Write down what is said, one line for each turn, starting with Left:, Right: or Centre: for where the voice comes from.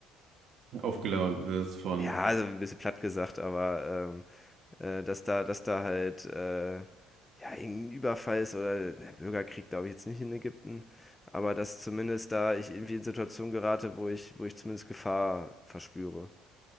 Right: Aufgeladen wirst von
Left: Ja, also ein bisschen platt gesagt, aber ähm, äh, dass da, dass da halt äh, ja, irgendein Überfall ist oder ne, Bürgerkrieg, glaube ich, jetzt nicht in Ägypten, aber dass zumindest da ich irgendwie in Situationen gerate, wo ich, wo ich zumindest Gefahr verspüre.